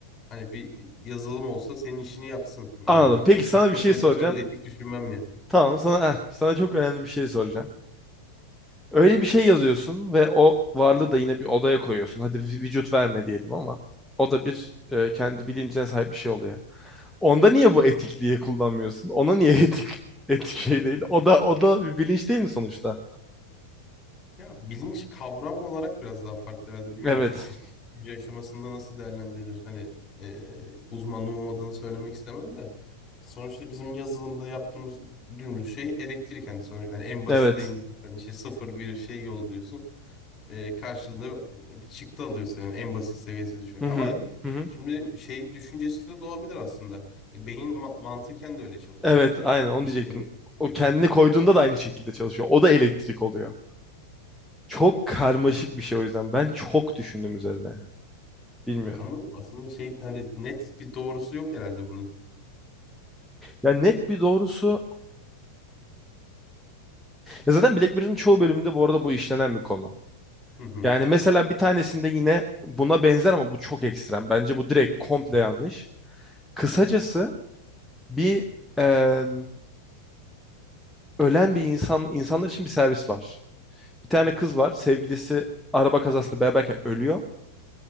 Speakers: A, on the left; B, in the centre.
A: Hani bir, bir yazılım olsa senin işini yapsın. Hmm,
B: Anladım. Peki sana
A: Mikroprosesörde
B: bir şey soracağım.
A: etik düşünmem ya.
B: Tamam sana eh, sana çok önemli bir şey soracağım. Öyle bir şey yazıyorsun ve o varlığı da yine bir odaya koyuyorsun. Hadi vi- vücut verme diyelim ama o da bir e, kendi bilincine sahip bir şey oluyor. Onda niye bu etikliği kullanmıyorsun? Ona niye <laughs> etik etik şey
A: <laughs>
B: değil? O da o da bir bilinç değil mi sonuçta?
A: Ya bilinç kavram olarak biraz daha farklı herhalde bilmiyorum.
B: Evet.
A: Şimdi psikoloji aşamasında nasıl değerlendirilir? Hani e, uzmanlığım olmadığını söylemek istemem de. Sonuçta bizim yazılımda yaptığımız dümdüz şey elektrik. Hani sonuçta yani en basite
B: Evet.
A: indirsen işte sıfır bir şey yolluyorsun. E, karşılığında bir çıktı alıyor senin en basit seviyesi düşün.
B: Hı
A: Ama
B: hı. Hı hı.
A: şimdi şey düşüncesi de doğabilir aslında. E, beyin ma mantıken de öyle çalışıyor.
B: Evet, aynen onu
A: İşte
B: diyecektim. O
A: <laughs>
B: kendini koyduğunda da aynı şekilde çalışıyor. O da elektrik oluyor. Çok karmaşık bir şey o yüzden. Ben çok düşündüm üzerine.
A: Hmm,
B: Bilmiyorum.
A: anladım. Aslında şey hani net bir doğrusu yok herhalde bunun.
B: Ya net bir doğrusu. Ya zaten Black Mirror'ın çoğu bölümünde bu arada bu işlenen bir konu.
A: Hı hı.
B: Yani mesela bir tanesinde yine buna benzer ama bu çok ekstrem. Bence bu direkt komple yanlış. Kısacası bir eee, ölen bir insan insanlar için bir servis var. Bir tane kız var. Sevgilisi araba kazasında beraberken ölüyor.